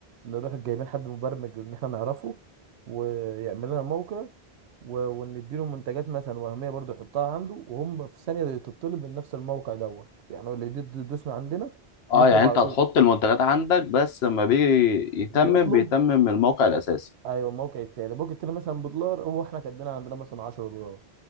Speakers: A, on the right; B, on the left.
A: نروح جايبين حد مبرمج ان احنا نعرفه ويعمل لنا موقع و- ونديله منتجات مثلا وهميه برضو يحطها عنده وهم في ثانيه تطلب من نفس الموقع دوت يعني هو اللي يدي- يدوس من عندنا
B: اه
A: يطلب
B: يعني
A: على
B: انت
A: طول
B: هتحط المنتجات عندك بس لما بيجي يتمم
A: يطلب
B: بيتمم من الموقع الاساسي
A: ايوه الموقع التاني الموقع التاني مثلا بدولار هو احنا كاتبينها عندنا مثلا 10 دولار